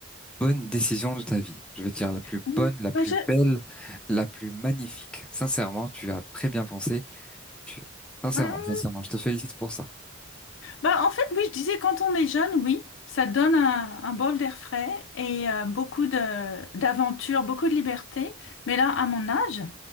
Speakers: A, in the centre; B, on the left.
A: bonne décision de ta vie. Je veux dire la plus
B: oui,
A: bonne, la plus
B: bah, je-
A: belle, la plus magnifique. Sincèrement, tu as très bien pensé. Tu- Sincèrement,
B: bah,
A: sincèrement, je te félicite pour ça.
B: bah, en fait, oui, je disais, quand on est jeune, oui, ça donne un, un bol d'air frais et euh, beaucoup de, d'aventures, beaucoup de liberté. Mais là, à mon âge,